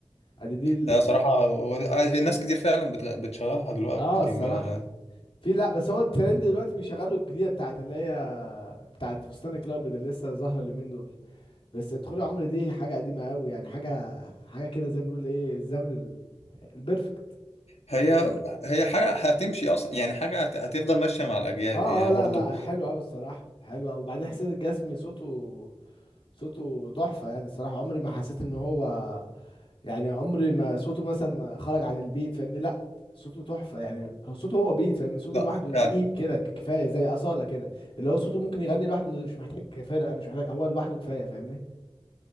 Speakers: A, on the left; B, on the left.
A: ادي دي ال...
B: لا صراحة و- آه، ناس كتير فعلا بتغ- بتشغلها دلوقتي
A: اه الصراحه
B: ما
A: في لا بس هو الترند دلوقتي بيشغلوا الجديده بتاعت اللي هي بتاعت فستان الابيض اللي لسه ظاهره اليومين دول بس ادخلي عمر دي حاجه قديمه قوي يعني حاجه حاجه كده زي ما بنقول ايه الزمن ال... البرفكت
B: هي هي حاجة هتمشي أصلا يعني حاجة هت- هتفضل ماشية مع الأجيال
A: اه
B: هي
A: اه لا
B: برضو
A: لا حلو قوي الصراحه حلو قوي وبعدين حسين الجسمي صوته صوته تحفه يعني الصراحه عمري ما حسيت ان هو يعني عمري ما صوته مثلا خرج عن البيت فاهمني لا صوته تحفة يعني هو صوته هو بيت فاهمني صوته
B: لا
A: لوحده
B: فعلا
A: تقيل كده كفاية زي أصالة كده اللي هو صوته ممكن يغني لوحده من غير- مش محتاج فرقة مش محتاج هو لوحده كفاية فاهمني